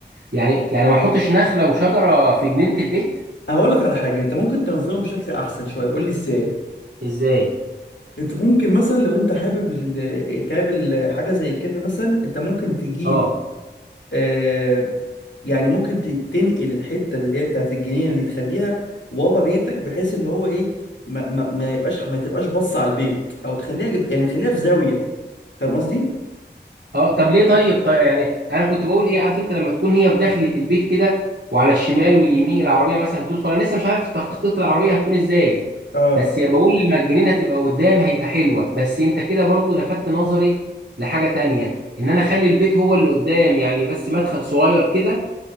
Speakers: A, on the right; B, on the left.
A: يعني يعني ما احطش نخله وشجره في جنينه البيت
B: هقول لك على حاجة انت ممكن تنظمه بشكل احسن شوية قول لي ازاي
A: ازاي
B: انت ممكن مثلا لو انت حابب ال- تعمل حاجة زي كده مثلا انت ممكن تجيب
A: اه
B: آه، يعني ممكن ت- تنقل الحته اللي هي بتاعت الجنينه دي تخليها ورا بيتك بحيث اللي هو ايه ما ما ما يبقاش ما تبقاش باصه على البيت او تخليها جب- يعني تخليها في زاويه فاهم قصدي
A: اه طب ليه طيب طيب يعني انا كنت بقول ايه عارف انت لما تكون هي في داخلة البيت كده وعلى الشمال واليمين العربية مثلا تدخل انا لسه مش عارف تخطيط العربية هتكون ازاي
B: اه
A: بس بقول لما الجنينة تبقى قدام هيبقى حلوة بس انت كده برضو لفتت نظري لحاجة تانية ان انا اخلي البيت هو اللي قدام يعني بس مدخل صغير كده